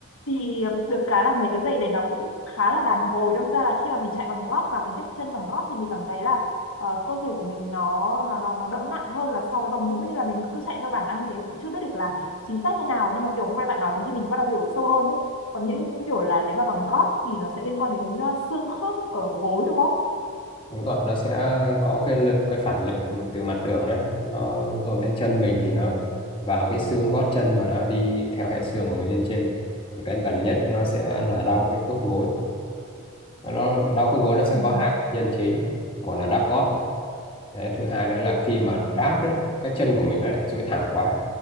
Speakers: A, on the left (about 70°); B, on the left (about 25°).
A: Thì ờ, được cái là mấy cái giày này nó cũng khá là đàn hồi, đâm ra là khi mà mình chạy bằng gót và mình tiếp chân bằng gót thì mình cảm thấy là ờ, cơ thể của mình nó nó nó nó đỡ nặng hơn là so với bằng mũi nên là mình cứ chạy theo bản năng thế cũng chưa biết được là chính xác như nào nhưng mà kiểu hôm nay bạn nói thế thì mình bắt đầu hiểu sâu hơn đấy còn những những kiểu là nếu mà bằng gót thì nó sẽ liên quan đến ờ, xương khớp ở gối đúng không
B: đúng rồi nó sẽ có cái lực cái phản lực từ mặt đường đấy nó dội lên chân mình thì nó vào cái xương gót chân và nó đi theo hệ xương của mình lên trên thì cái gần nhất nó sẽ là đau cái khớp gối nó đau khớp gối nó sẽ
A: ừ.
B: có hai nguyên nhân chính một là đắp gót Đấy, thứ hai nữa là khi mà đáp đấy cái chân của mình nó lại duỗi thẳng quá